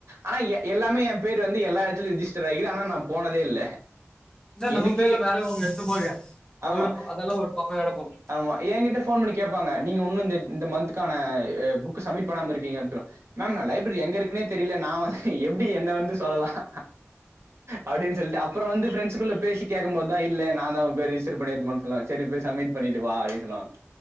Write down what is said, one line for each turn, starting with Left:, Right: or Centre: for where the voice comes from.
Right: ஆனா எல்லாமே என் பேரு வந்து எல்லா எடத்திலு ரிஜிஸ் ராகிது ஆனா நா போனதே இல்ல
Left: ன்ன நம்ப
Right: எனக்கே
Left: பேர்ல நானே ஒன்னு எத்தமாரி
Right: ஆமா
Left: அதல்லா ஒரு பக்கம் இருக்கும்
Right: ஆமா. என்கிட்ட ஃபோன் பண்ணி கேட்பாங்க. நீங்க ஒன்னு இந்த இந்த மந்த்க்கான புக் சமிட் பண்ணாம இருக்கீங்க ஆக்சுவலா மேம் நா லைப்ரரி எங்க இருக்குனே தெரியல எப்படி என்ன வந்து சொல்லாம் அப்படின்னு சொல்லி அப்புறம் வந்து ஃபிரெண்டஸ் குள்ள பேசி கேக்கும் போதான் இ்ல்ல நான் தா பெரிய இஸ்யூ பண்ணிடுமா சொன்னாங்க செரி போய் சமிட் பண்ணிட்டு வா அப்படி சொன்னாங்க